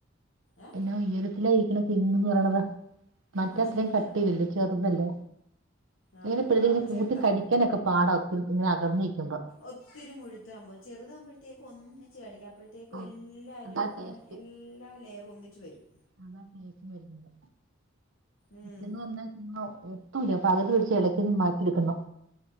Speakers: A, on the left; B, on the right.
A: ഏ
B: എന്നാ ഉയരത്തിലായിരിക്കണത് കിങ് എന്ന് പറയണത് മറ്റത്രേം
A: ആ ശരിയാ
B: കട്ടെയ്യല്ലേ ചെറുതല്ലേ
A: ആ
B: ഇങ്ങനത്ത പിളി
A: ആ
B: കൂട്ടിക്കടിക്കാനൊക്കെ
A: ചെറുതാ
B: പാട ഒത്തിരി ഇങ്ങനെ അകന്നിരിക്കുമ്പോ
A: ഒത്തിരി മുഴുത്താകുമ്പോ ചെറുതാകുമ്പോഴത്തേക്കും ഒന്ന് കടിക്ക അപ്പോഴത്തേക്കും
B: ഉം,
A: എല്ലാരും
B: അതാ ടേസ്റ്റ്
A: ഇങ്ങനെ എല്ലാ ലെയറും ഒന്നിച്ച് വരും
B: അതാ കയച്ചും വരുന്നത്
A: ഉം
B: മറ്റന്ന് വന്നാ ഒട്ടും ഇല്ല പകുതി പിടിച്ച് ഇടയ്ക്കൊന്ന് മാറ്റെടുക്കന്നു